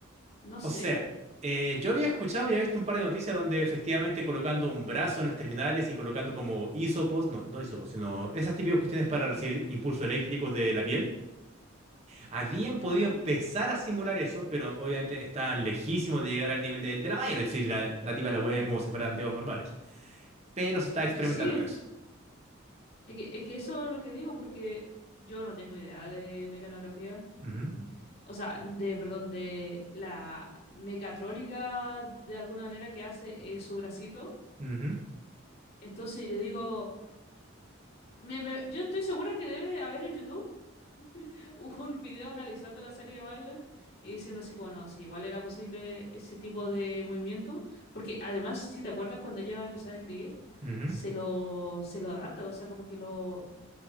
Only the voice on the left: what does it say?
no sé.
¿Mm?
¿Ya?
Es
que sí.
Es que, es que eso es lo que digo, porque yo no tengo idea de mecanografía.
Mm, O sea, de, perdón, de la mecatrónica de alguna manera que hace eh, su bracito.
Entonces yo digo, me- me- yo estoy segura que debe haber en YouTube <laughs> un video analizando la serie de Violet y diciendo así como, no, si igual era posible ese tipo de movimiento. Porque además, si te acuerdas, cuando ella va a empezar a escribir,
se lo, se lo adapta, o sea, como que lo,